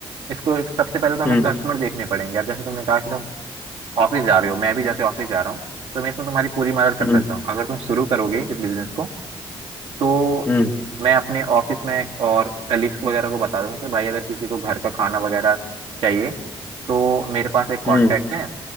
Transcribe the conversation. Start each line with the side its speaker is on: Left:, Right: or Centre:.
Right: इसको सबसे पहले तो हमें
Left: हम्म
Right: कस्टमर देखने पड़ेंगे अब जैसे तुमने कहा कि तुम ऑफिस जा रहे हो मैं भी जैसे ऑफिस जा रहा हूँ तो मैं इसमें तुम्हारी पूरी मदद कर
Left: हम्म
Right: सकता हूँ अगर तुम शुरू करोगे इस बिजनेस को तो
Left: हम्म
Right: मैं अपने ऑफिस में और कलीग्स वगैरह को बता दूंगा कि भाई अगर किसी को घर का खाना वगैरह चाहिए तो मेरे पास एक कांटेक्ट
Left: हम्म
Right: है